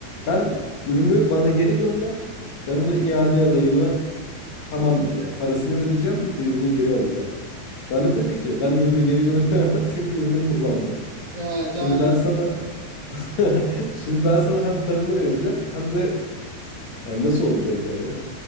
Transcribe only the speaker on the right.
Hı?
Ee,
daha ne?